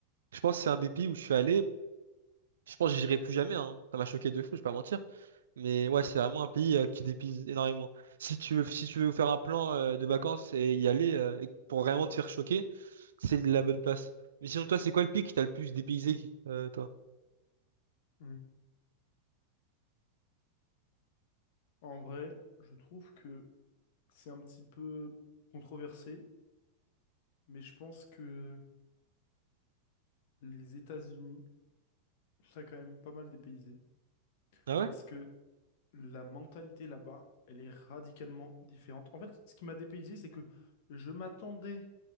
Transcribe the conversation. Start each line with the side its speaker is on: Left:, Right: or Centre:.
Right: Je pense que c'est un des pays où je suis allé. Je pense que j'irai plus jamais, hein. Ça m'a choqué de fou, je vais pas mentir. Mais ouais, c'est vraiment un pays euh, qui dépise énormément. Si tu veux, si tu veux faire un plan euh, de vacances et y aller euh, et pour vraiment te faire choquer, c'est la bonne place. Mais sinon, toi, c'est quoi le pays qui t'a le plus dépaysé, qui- euh, toi?
Left: Mm. En vrai, je trouve que c'est un petit peu controversé, mais je pense que les États-Unis, ça a quand même pas mal dépaysé
Right: Ah ouais?
Left: parce que la mentalité là-bas, elle est radicalement différente. En fait, ce qui m'a dépaysé, c'est que je m'attendais